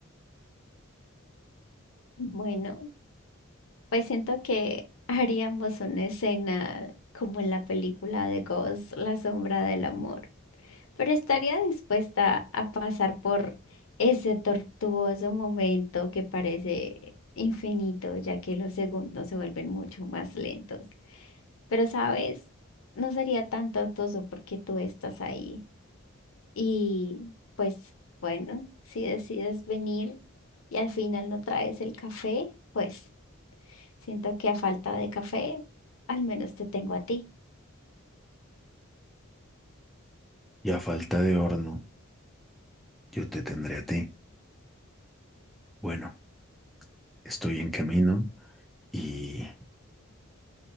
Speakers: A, on the left; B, in the centre.
A: Bueno, pues siento que <laughs> haríamos una escena como en la película de Ghost, La sombra del amor. Pero estaría dispuesta a pasar por ese tortuoso momento que parece infinito, ya que los segundos se vuelven mucho más lentos. Pero, ¿sabes? No sería tan tortuoso porque tú estás ahí. Y pues bueno, si decides venir y al final no traes el café, pues siento que a falta de café, al menos te tengo a ti.
B: Y a falta de horno, yo te tendré a ti. Bueno, estoy en camino y